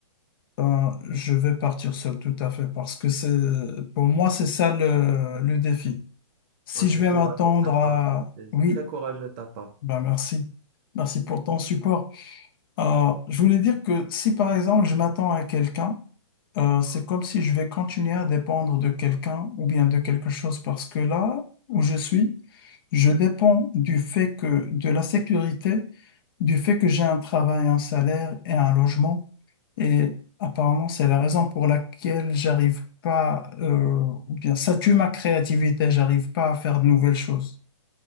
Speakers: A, on the left; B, on the right.
A: euh, je vais partir seul tout à fait parce que c'est, pour moi, c'est ça le, le défi. Si
B: Ah, c'est
A: je vais
B: courageux
A: m'attendre
B: de ta part.
A: à...
B: C'est c'est
A: Oui,
B: très courageux de ta part.
A: ben merci. Merci pour ton support. Euh, je voulais dire que si par exemple, je m'attends à quelqu'un, Euh, c'est comme si je vais continuer à dépendre de quelqu'un ou bien de quelque chose parce que là où je suis, je dépends du fait que de la sécurité, du fait que j'ai un travail, un salaire et un logement. Et apparemment, c'est la raison pour laquelle j'arrive pas, euh, ou bien ça tue ma créativité, j'arrive pas à faire de nouvelles choses.